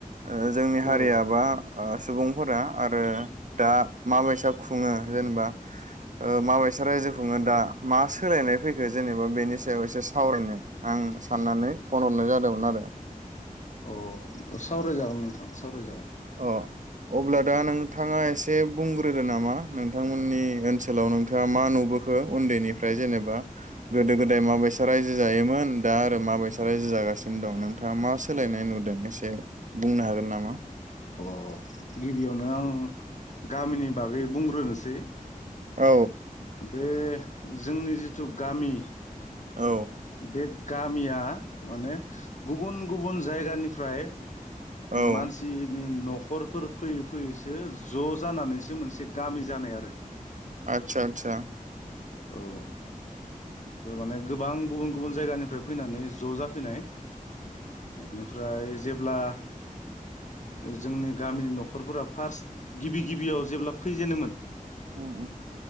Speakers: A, on the right; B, on the left.
A: ओ जोंनि हारियाबा
B: औ
A: ओ सुबुंफोरा आरो दा माबैसा खुङो जेनेबा ओ माबायसा रायजो खुङो दा मा सोलायनाय फैखो जेनेबा बेनि सायाव एसे सावरायनो आं साननानै फन हरनाय जादोंमोन आरो।
B: अ सावरायजागोन नों थां सावराय जागोन।
A: अ अब्ला दा नोंथाङा एसे बुंग्रोदो नामा नोंथांमोननि ओनसोलाव नोंथाङा मा नुबोखो उन्दैनिफ्राय जेनेबा गोदो गोदाय माबायसा रायजो जायोमोन दा आरो माबाय सा रायजो जागासिनो दं नोंथाङा मा सोलायनाय नुदों एसे बुंनो हागोन नामा?
B: अ गिबियावनो आं गामिनि बागै बुंग्रोनोसै।
A: औ
B: बे जोंनि जिथु गामि
A: औ
B: बे गामिया माने गुबुन गुबुन जायगानिफ्राय
A: औ
B: मानसिनि न'खरफोर फैयै फैयैसो ज' जानानैसो मोनसे गामि जानाय आरो।
A: आतसा आतसा
B: औ बे माने गोबां गुबुन गुबुन जायगानिफ्राय फैनानै ज' जाफैनाय बेनिफ्राय जेब्ला जोंनि गामिनि न'खरफोरा फार्स्ट गिबि गिबियाव जेब्ला फैजेनोमोन।
A: उ औ